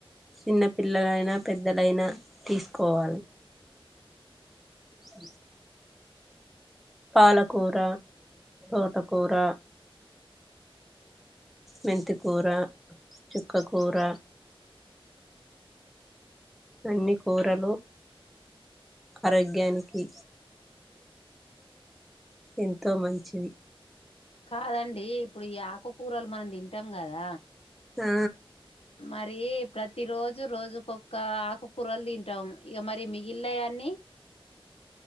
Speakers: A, in the centre; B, on the left.
A: చిన్నపిల్లలైనా, పెద్దలైనా తీసుకోవాలి అ పాలకూర, తోటకూర మెంతికూర, చుక్కకూర అన్ని కూరలు ఆరోగ్యానికి ఎంతో మంచిది
B: కాదండి ఇప్పుడు ఈ ఆకుకూరలు మనం తింటాం కదా.
A: ఆ
B: మరి ప్రతి రోజు రోజుకొక్క ఆకుకూరలు తింటాం ఇక మరి మిగిలినయన్ని